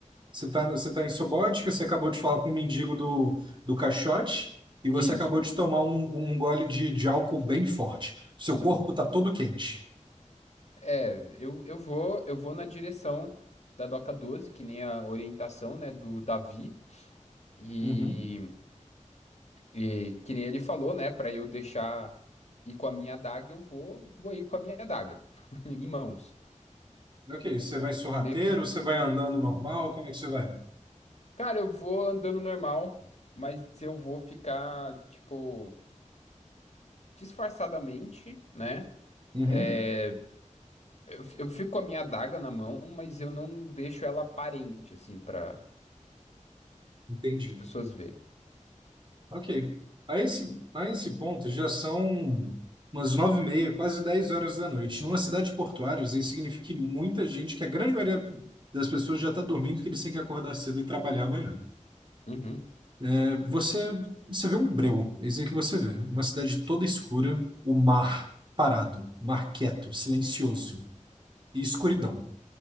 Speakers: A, on the right; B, on the left.
A: Você está você tá em Sobótica, você acabou de falar com o mendigo do, do caixote e você
B: Isso.
A: acabou de tomar um, um gole de, de álcool bem forte. Seu
B: Hum,
A: corpo está todo quente.
B: É, eu, eu vou eu vou na direção da Doca doze, que nem a orientação, né, do Davi. E,
A: Uhum.
B: e que nem ele falou, né, pra eu deixar ir com a minha adaga, eu vou, vou ir com a minha adaga <laughs> em mãos.
A: Ok, você vai sorrateiro,
B: Meio que,
A: você vai andando normal, como é que você vai?
B: cara, eu vou andando normal, mas eu vou ficar, tipo. disfarçadamente, né?
A: Uhum.
B: É, eu, eu fico com a minha adaga na mão, mas eu não deixo ela aparente, assim, para
A: Entendi.
B: as pessoas verem.
A: Ok. A esse, a esse ponto já são umas nove e meia, quase dez horas da noite. Numa cidade portuária, isso aí significa que muita gente, que a grande maioria das pessoas já está dormindo, que eles têm que acordar cedo e trabalhar amanhã.
B: Uhum,
A: É, Você, você vê um breu, é isso aí que você vê. Uma cidade toda escura, o mar parado, mar quieto, silencioso e escuridão.